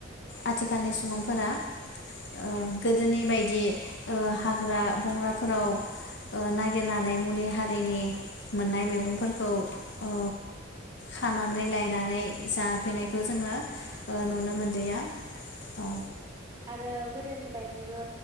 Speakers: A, on the left; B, on the right.
A: आथिखालनि सुबुंफोरा औ गोदोनि बायदि दि ओ हाग्रा बंग्राफोराव ओ नागिरनानै मुलि हारिनि मोननाय मैगंफोरखौ ओ खानानै लायनानै जाफैनायखौ जोङो नुनो मोनलिया औ
B: आरो गोदोनि बायदिबो